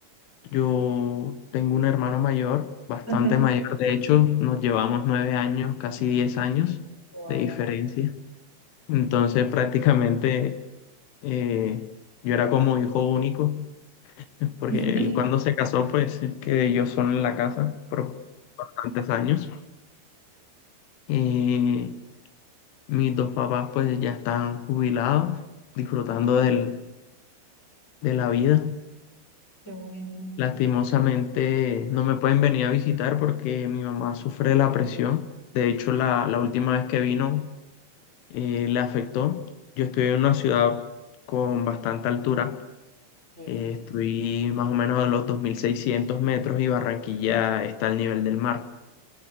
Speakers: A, on the left (about 80°); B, in the centre.
A: yo tengo un hermano mayor, bastante
B: ajá.
A: mayor. De hecho, nos llevamos nueve años, casi diez años
B: Wow.
A: de diferencia. Entonces, prácticamente eh, yo era como hijo único, <laughs> porque
B: <laughs>
A: él cuando se casó, pues quedé yo solo en la casa por bastantes años. Eh, Mis dos papás pues ya están jubilados, disfrutando del, de la vida.
B: Qué bueno.
A: Lastimosamente no me pueden venir a visitar porque mi mamá sufre de la presión. De hecho, la, la última vez que vino eh, le afectó. Yo estoy en una ciudad con bastante altura.
B: Muy bien.
A: Eh, estoy más o menos a los 2.600 metros y Barranquilla está al nivel del mar.